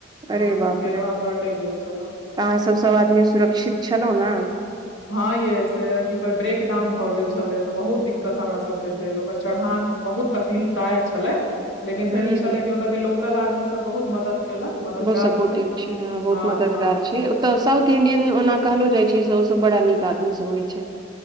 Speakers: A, on the left; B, on the right.
A: ह
B: अरे बाप
A: तेरवां
B: रे
A: पर अटैक गेल छेलौ
B: अहाँ सब-सब आदमी सुरक्षित छेलौ न
A: ह यै से की कहै ब्रेकडाउन भऽ गेल छेलै तऽ बहुत दिक्कत हमरा सबके भेल ओकर चढ़ान बहुत तकलीफ दायक छलेैय लेकिन
B: ह
A: फेर इ छलेै कि ओतऽ के लोकल आदमी सब बहुत मदद केलक मददगार
B: बहुत सपोटिव
A: भेल
B: छी बहुत
A: हँ
B: मददगार
A: हँ
B: छी तऽ साउथ इंडियन ओना कहलो जाय छैय से ओ सब बड़ा नीक आदमी सब होय छैय